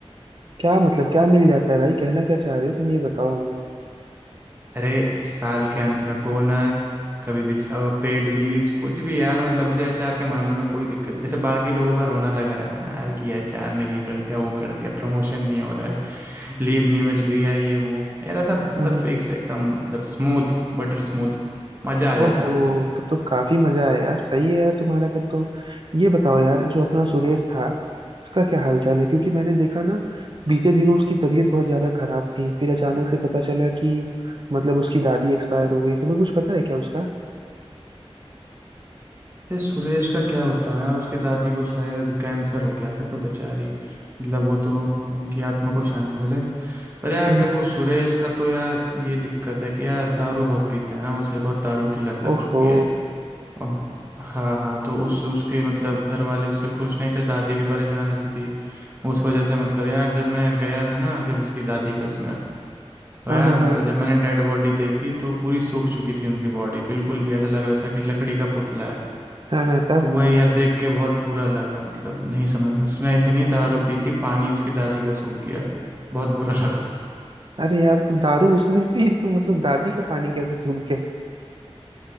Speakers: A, on the right (about 50°); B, on the right (about 20°).
A: क्या मतलब क्या मिल जाता है भाई कहना क्या चाह रहे हो तुम ये बताओ हमें
B: अरे साल के अंत में बोनस कभी भी पेड लीव्स कुछ भी यार मतलब मुझे एचआर के मामले में कोई दिक्कत नहीं जैसे बाकी लोगों का रोना लगा रहता है ना यार कि एचआर ने ये कर दिया वो कर दिया प्रमोशन नहीं हो रहा है लीव नहीं मिल रही है ये वो मेरा सब
A: हाँ
B: मतलब
A: हाँ।
B: फिक्स्ड एकदम मतलब स्मूथ बटर स्मूथ मजा आ जाता
A: ओहो
B: है
A: तब तो काफी मजा आया यार सही है यार तुम्हारा तब तो ये बताओ यार जो अपना सुरेश था उसका क्या हालचाल है क्योंकि मैंने देखा ना बीते दिनों उसकी तबीयत बहुत ज्यादा खराब थी फिर अचानक से पता चला कि मतलब उसकी दादी एक्सपायर हो गई तुम्हें कुछ पता है क्या उसका
B: ये सुरेश का क्या बताऊं यार उसकी दादी को शायद कैंसर हो गया था तो बेचारी मतलब वो तो उनकी आत्मा को शांति मिले पर यार
A: हम्म।
B: देखो सुरेश का तो यार ये दिक्कत है कि यार दारू बहुत पीता है ना उसे बहुत दारू की लत लग
A: ओहो
B: चुकी है ओह, हाँ हाँ तो उस उसके मतलब घर वाले उससे खुश नहीं थे दादी भी परेशान रहती थी उस वजह से मतलब यार जब मैं गया था ना जब उसकी दादी के उसमें तो
A: हाँ
B: यार
A: हाँ
B: मतलब
A: हाँ
B: जब मैंने डेड बॉडी देखी तो पूरी सूख चुकी थी उनकी बॉडी बिल्कुल भी ऐसा लग रहा था कि लकड़ी का पुतला है
A: हाँ हाँ तब
B: तो वही यार देख के बहुत बुरा लगा मतलब नहीं समझ में उसने इतनी दारू पी कि पानी उसकी दादी का सूख गया बहुत बुरा <laughs> लगा
A: अरे यार तो दारू उसने पी तो मतलब दादी का पानी कैसे सूख गया